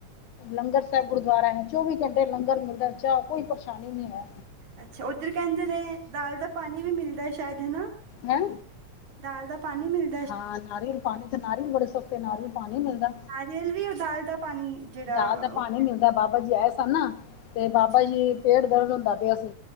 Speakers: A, on the left (about 80°); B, on the right (about 70°).
A: ਲੰਗਰ ਸਾਹਿਬ ਗੁਰਦੁਆਰਾ ਐ, ਚੌਵੀ ਘੰਟੇ ਲੰਗਰ ਮਿਲਦਾ ਐ ਚਾ ਕੋਈ ਪਰੇਸ਼ਾਨੀ ਨੀ ਏ।
B: ਅੱਛਾ ਉੱਧਰ ਕਹਿੰਦੇ ਨੇ ਦਾਲ ਦਾ ਪਾਣੀ ਵੀ ਮਿਲਦਾ ਸ਼ਾਇਦ ਹਨਾ?
A: ਹੈਂ।
B: ਦਾਲ ਦਾ ਪਾਣੀ ਮਿਲ
A: ਹਾਂ ਨਾਰੀਅਲ ਪਾਣੀ ਤੇ ਨਾਰੀਅਲ ਬੜੇ ਸਸਤੇ ਨਾਰੀਅਲ ਪਾਣੀ ਮਿਲਦਾ।
B: ਜਲ ਵੀ ਏ ਦਾਲ ਦਾ ਪਾਣੀ ਜਿਹੜਾ
A: ਦਾਲ ਦਾ ਪਾਣੀ
B: ਉਹ ਕਹਿੰਦੇ
A: ਮਿਲਦਾ, ਬਾਬਾ ਜੀ ਆਏ ਸਨ ਨਾ, ਤੇ
B: ਅੱਛਾ
A: ਬਾਬਾ ਜੀ ਪੇਟ ਦਰਦ ਹੁੰਦਾ ਪਿਆ ਸੀ,